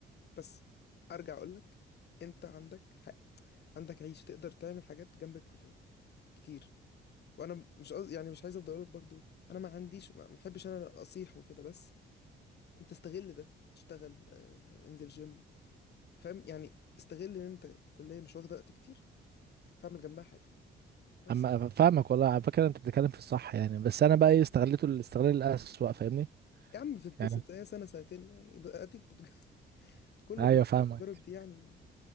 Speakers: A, on the left (about 55°); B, on the right (about 55°).
A: بس ارجع اقول لك انت عندك حق عندك عيش تقدر تعمل حاجات جنب الكليه كتير وانا مش قصدي يعني مش عايز افضل اقول لك برضو انا ما عنديش ما ما بحبش انا اصيح وكده بس انت استغل ده اشتغل آه، انزل جيم فاهم يعني استغل ان انت الكليه مش واخده وقت كتير فاعمل جنبها حاجه بس
B: اما فاهمك والله على فكرة انت بتتكلم في الصح يعني بس انا بقى ايه استغليته الاستغلال الأسوأ فاهمني
A: يا عم بتتبسط
B: يعني
A: هي سنة سنتين يعني ب- اديك بتج... <laughs> كله
B: ايوه فاهمك
A: بيجرب دي يعني